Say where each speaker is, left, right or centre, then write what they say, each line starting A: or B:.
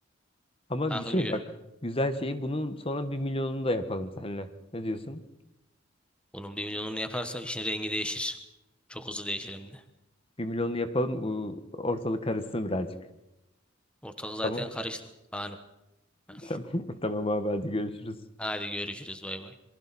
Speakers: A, on the left; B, in the centre.
A: Ama
B: Takılıyor.
A: bir şey bak güzel şeyi bunun sonra bir milyonunu da yapalım seninle. Ne diyorsun?
B: Onun bir milyonunu yaparsak işin rengi değişir. Çok hızlı değişir hem de.
A: Bir milyonunu yapalım bu ortalık karışsın birazcık.
B: Ortalık zaten
A: Tamam.
B: karıştı. Kaan'ım.
A: <laughs>
B: <laughs>
A: Tamam. Tamam abi hadi görüşürüz.
B: Hadi görüşürüz bay bay.